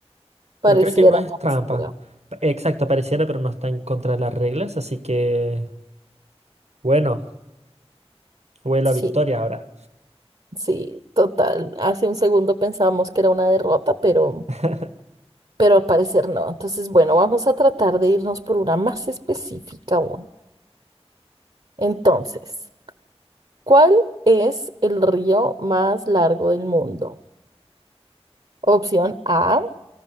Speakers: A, on the right; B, on the right.
A: pareciera,
B: pero creo que no es
A: pareciera.
B: trampa. P- Exacto, pareciera, pero no está en contra de las reglas, así que, bueno, vuelo
A: Sí,
B: a victoria ahora.
A: sí, total. Hace un segundo pensábamos que era una derrota, pero,
B: <laughs>
A: pero al parecer no. Entonces, bueno, vamos a tratar de irnos por una más específica aún. Entonces, ¿cuál es el río más largo del mundo? Opción A,